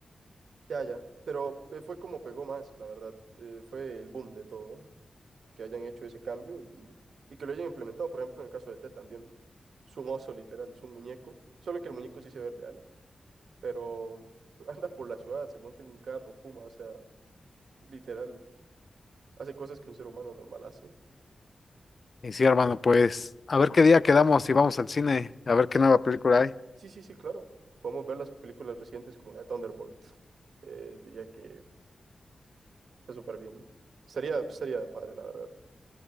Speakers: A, on the right; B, on the left.
A: Ya, ya. Pero eh, fue como pegó más, la verdad. Eh, fue el boom de todo, que hayan hecho ese cambio y, y que lo hayan implementado, por ejemplo, en el caso de T también. Es un oso, literal, es un muñeco, solo que el muñeco sí se ve real pero <laughs> anda por la ciudad, se monta en un carro, fuma, o sea, literal, hace cosas que un ser humano normal hace.
B: Y sí, hermano, pues a ver qué día quedamos y vamos al cine, a ver qué nueva película hay.
A: Sí, sí, sí, claro. Podemos ver las películas recientes como la de Thunderbolt. Eh, diría que está súper bien. Sería, sería padre, la verdad.